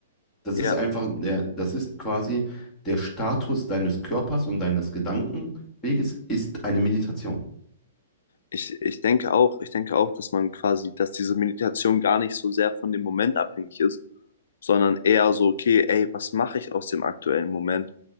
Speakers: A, on the left; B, on the left.
A: Das
B: ja.
A: ist einfach, der, das ist quasi der Status deines Körpers und deines Gedankenweges ist eine Meditation.
B: Ich, ich denke auch, ich denke auch, dass man quasi, dass diese Meditation gar nicht so sehr von dem Moment abhängig ist, sondern eher so, okay, ey, was mache ich aus dem aktuellen Moment?